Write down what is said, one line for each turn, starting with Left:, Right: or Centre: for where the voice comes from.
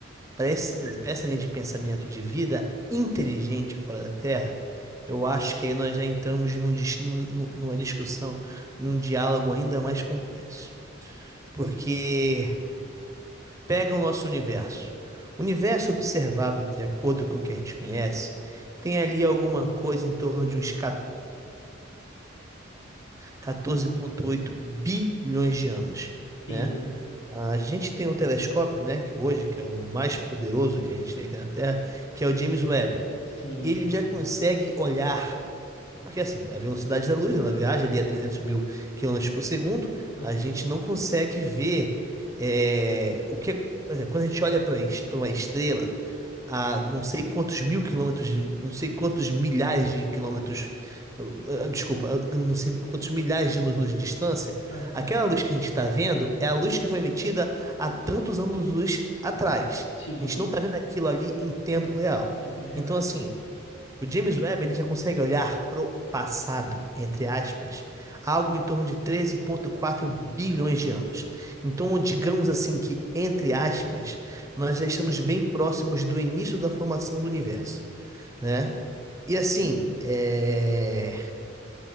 Right: para esse, para essa linha de pensamento de vida inteligente fora da Terra, eu acho que aí nós já entramos num dis- num- num- numa discussão, num diálogo ainda mais complexo. Porque Pega o nosso universo. O universo observável, de acordo com o que a gente conhece, tem ali alguma coisa em torno de uns 14,7, oito bilhões de anos,
Left: Sim,
Right: né? A gente tem um telescópio, né, que hoje, que é o mais poderoso que a gente tem aqui na Terra, que é o James Webb.
Left: sim.
Right: Ele já consegue olhar porque assim, a velocidade da luz, ela viaja ali a 300 mil quilômetros por segundo,
Left: Aham,
Right: a gente não consegue ver é, o que, é- por exemplo, quando a gente olha para uma estrela a não sei quantos mil quilômetros, de- não sei quantos milhares de quilômetros, eh, eh, desculpa, eh, não sei quantos milhares de anos-luz de distância,
Left: aham.
Right: aquela luz que a gente está vendo é a luz que foi emitida há tantos anos-luz atrás.
Left: Sim,
Right: A gente não está vendo aquilo ali em tempo real.
Left: em tempo real.
Right: Então, assim, o James Webb ele já consegue olhar pro passado, entre aspas, algo em torno de 13,4 bilhões de anos. Então, digamos assim que, entre aspas, nós já estamos bem próximos do início da formação do universo, né? E assim,
Left: Hum,
Right: é